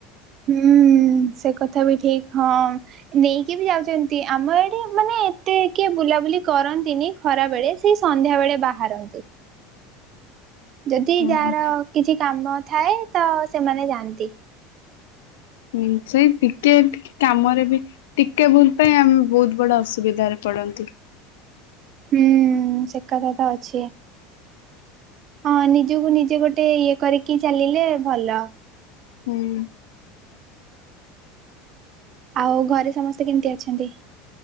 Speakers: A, on the right; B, on the left.
A: ହୁଁ ହୁଁ ସେ କଥା ବି ଠିକ ହଁ। ନେଇକି ବି ଯାଉଚନ୍ତି ଆମଆଡେ ମାନେ ଏତେ କିଏ ବୁଲାବୁଲି କରନ୍ତିନି। ଖରାବେଳେ ସେଇ ସନ୍ଧ୍ୟାବେଳେ ବାହାରନ୍ତି। ଯଦି
B: ହଁ
A: ଯାହାର
B: ଠିକ।
A: କିଛି କାମ ଥାଏ ତ ସେମାନେ ଯାଆନ୍ତି।
B: ହୁଁ ସେଇ ଟିକେ ଟିକେ କାମରେ ବି। ଟିକେ ଭୁଲ ପାଇଁ ଆମେ ବହୁତ ବଡ଼ ଅସୁବିଧାରେ ପଡ଼ନ୍ତି।
A: ହୁଁ ସେ କଥା ତ ଅଛି। ହଁ ନିଜକୁ ନିଜେ ଗୋଟେ ଇଏ କରିକି ଚାଲିଲେ ଭଲ।
B: ହୁଁ।
A: ଆଉ ଘରେ ସମସ୍ତେ କେମିତି ଅଛନ୍ତି?